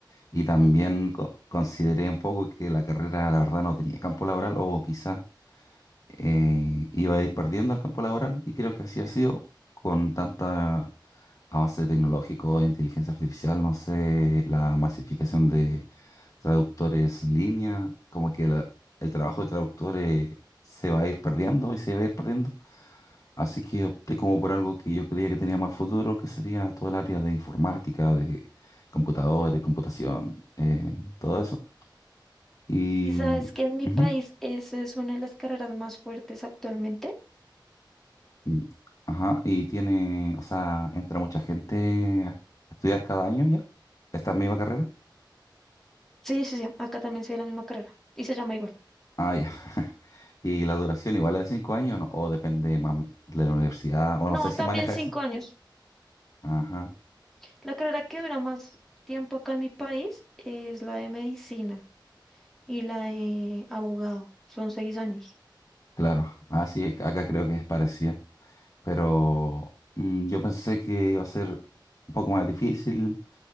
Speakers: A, on the left; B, in the centre.
A: Y también co- consideré un poco que la carrera, la verdad, no tenía campo laboral o quizás eh, iba a ir perdiendo el campo laboral y creo que así ha sido con tanta avance tecnológico, inteligencia artificial, no sé, la masificación de traductores en línea, como que la- el trabajo de traductores se va a ir perdiendo y se va a ir perdiendo. Así que opté como por algo que yo creía que tenía más futuro, que sería todo el área de informática, de computadores, computación, eh, todo eso. Y...
B: Y sabes que en mi
A: ujú.
B: país eso es una de las carreras más fuertes actualmente.
A: Y- ajá, y tiene, o sea, entra mucha gente a estudiar cada año ya, esta misma carrera.
B: Sí, sí, sí, acá también se ve la misma carrera y se llama igual.
A: Ah, ya. <laughs> Y la duración igual es de cinco años, ¿no? O depende mam- de la universidad, o
B: No,
A: no sé si
B: también
A: maneja
B: cinco
A: esa.
B: años.
A: Ajá,
B: La carrera que dura más tiempo acá en mi país es la de medicina y la de abogado. Son seis años.
A: claro. Ah, sí, es que acá creo que es parecido. Pero mm, yo pensé que iba a ser un poco más difícil.